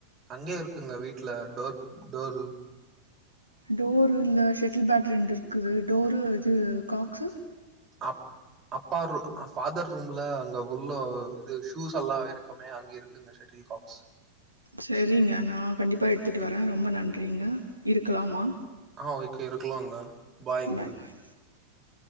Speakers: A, on the right; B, on the right.
A: அங்க இருக்குங்க வீட்ல டோர் டோரு
B: டோரு இல்ல ஷெட்டில் பேட் ரெண்டு இருக்குது டோரு இது காக்ஸு
A: அப் அப்பா ரூ ஃபாதர் ரூம்ல அங்க உள்ள இது ஷூஸ் எல்லா இருக்குமே அங்க இருக்குங்க செட்டில் காக்ஸ்
B: சரிங்க நா கண்டிப்பா எடுத்துட்டு வரே ரொம்ப நன்றிங்க இருக்கலாமா
A: ஹா ஓகே இருக்கலாங்க பாய்ங்க
B: பாய்